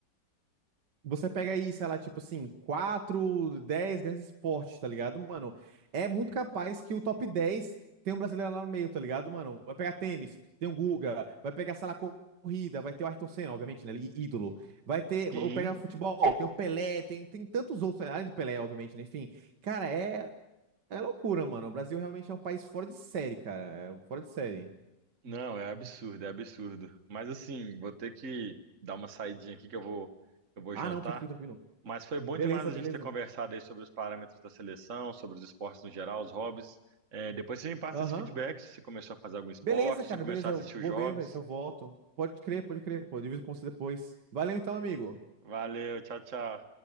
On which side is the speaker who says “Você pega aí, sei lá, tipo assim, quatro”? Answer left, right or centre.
Right